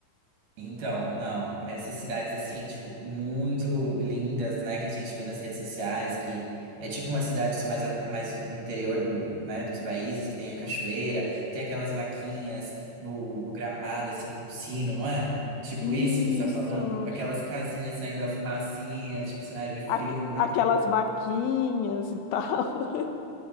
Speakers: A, on the right; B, on the left.
A: Então, não, essas cidades assim, tipo, muito lindas, né, que a gente vê nas redes sociais, que é tipo umas cidades mais, a- mais no interior do, né, dos países, que tem a cachoeira, tem aquelas vaquinhas no, no gramado, assim, com sino, não é? Tipo
B: Isso,
A: isso que você está falando? Aquelas casinhas saindo a fumacinha, tipo cenário de filme.
B: Aque- aquelas vaquinhas e tal. <laughs>